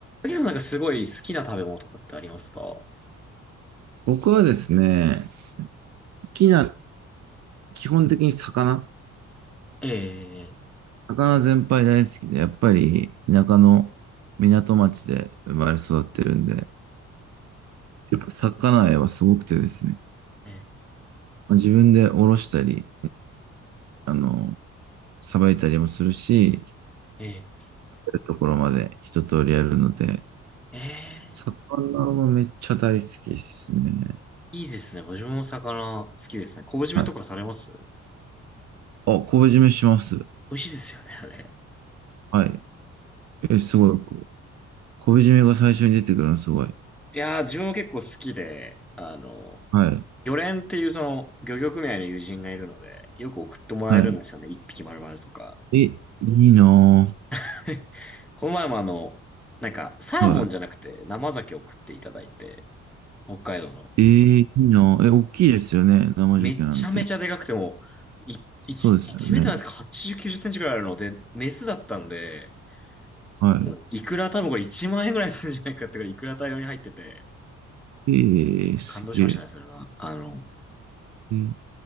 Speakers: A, in the centre; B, on the right (about 60°).
A: ゆさんなんかすごい好きな食べ物とかってありますか
B: 僕はですね、好きな、基本的に魚、
A: ええ、
B: 魚全般大好きで、やっぱり田舎の港町で生まれ育ってるんで、やっぱ魚愛はすごくてですね、
A: ええ、
B: まあ、自分でおろしたり、あの、さばいたりもするし、
A: ええ、
B: やるところまで一通りやるので、
A: ええ、
B: 魚はめっちゃ大好きですね。
A: いいですね。僕も魚好きですね。昆布締めとかされます
B: はい。あ、昆布締めします。
A: 美味しいですよね、あれ。
B: はい。え、すごい。こう昆布締めが最初に出てくるのすごい。
A: いやー、自分も結構好きで、あの、
B: はい。
A: 漁連っていうその漁業組合の友人がいるので、よく送ってもらえるんですよね。
B: は
A: 一匹丸々とか。
B: い。え、いいなぁ。
A: <laughs> この前もあの、なんか、サーモンじゃなくて生鮭を送っていただいて、
B: は
A: 北海道の。
B: い。ええいいな。え、大きいですよね。生ジョッキなんて。
A: めちゃめちゃでかくても、い、
B: そうですよね。
A: 1、いちメートルなんですか ?80、90センチくらいあるので、メスだったんで、
B: は
A: もういくら多分これ1万円ぐらいするんじゃないかってぐらい、いくら大量に入ってて、
B: い。ええすげえ。
A: 感動しましたね、それは。あの、
B: えー